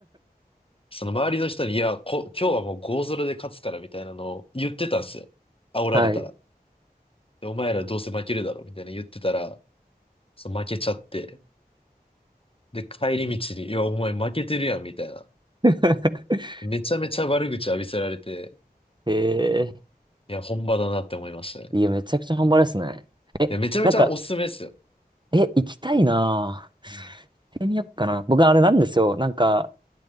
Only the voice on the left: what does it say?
その周りの人に、いや、こ、今日はもう5ロで勝つからみたいなのを言ってたんですよ。煽られたら。
で、お前らどうせ負けるだろうみたいな言ってたら、そう負けちゃって、で、帰り道に、いや、お前負けてるやんみたいな。
めちゃめちゃ悪口浴びせられて、
いや、本場だなって思いましたね。
いや、めちゃめちゃおすすめですよ。
うん